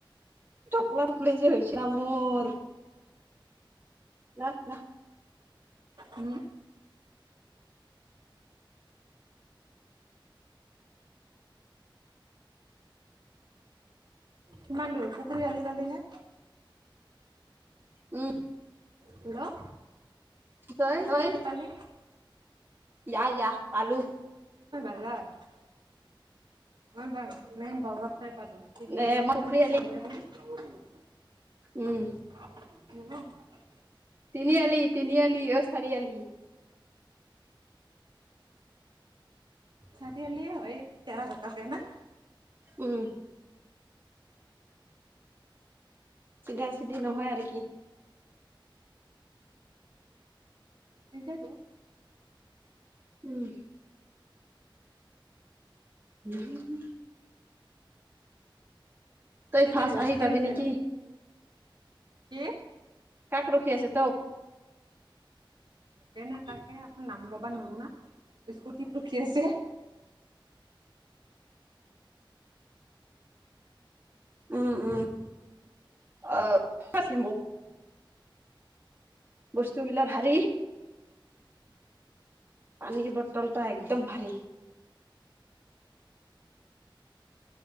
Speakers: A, on the right (about 25°); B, on the right (about 60°).
A: টপলা টপলি যে হৈছিলা মোৰ ন ন
B: উম কিমান দূৰ পুখুৰীৰ আলিবালি নে
A: উম
B: হেল্ল'
A: তই তই
B: দে দে পালি
A: ইয়া ইয়া পালো
B: ঘৰত অ বাৰু মেন বজাৰতে পালো তিনিআলি
A: এ মই
B: ন
A: পুখুৰী আলি
B: চাৰিআ
A: উম
B: <unintelligible>
A: তিনিআলি তিনিআলি অ চাৰিআলি
B: চাৰিআালি হয় তেৰা বেকাকে ন
A: উম। চিধা চিধি নহয় আৰু কি?
B: <inaudible> সেইটোৱেইটো
A: উম উম হম হুম। তই
B: সেইটোৱে
A: ফাৰ্ষ্ট
B: ৰখি
A: আহি পাবি
B: আছে
A: নেকি?
B: ৰাস্তাত কি?
A: কাক ৰখি আছে তোক?
B: মোকে না কাকে এখন নাম ল'বা নোৱাৰো না। স্কুটিত ৰখি আছে।
A: <inaudible> উম উম অ <inaudible> বস্তু বিলাক ভাৰী। পানীৰ বটলতা একদম ভাৰী।